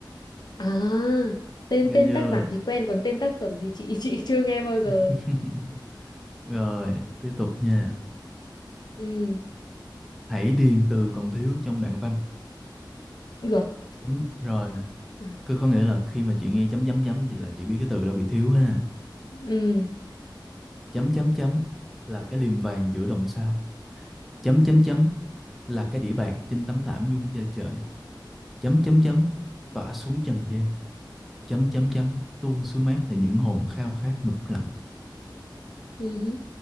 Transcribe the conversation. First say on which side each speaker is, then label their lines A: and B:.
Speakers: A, on the left; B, in the centre.
A: à tên
B: Nghe
A: tên
B: chưa?
A: tác giả thì quen còn tên tác phẩm thì chị chị chưa nghe bao giờ
B: <laughs> Rồi, tiếp tục nha.
A: ừ
B: Hãy điền từ còn thiếu trong đoạn văn.
A: được
B: Chấm, rồi nè.
A: <laughs>
B: Cứ có nghĩa là khi mà chị nghe chấm chấm chấm thì là chị biết cái từ đó bị thiếu ha.
A: ừ
B: Chấm chấm chấm là cái liềm vàng giữa đồng sao. Chấm chấm chấm là cái đĩa bạc trên tấm thảm nhung da trời chấm chấm chấm tỏa xuống trần gian chấm chấm chấm tuôn xuống mát để những hồn khao khát ngụp lặn
A: Ừ hứ.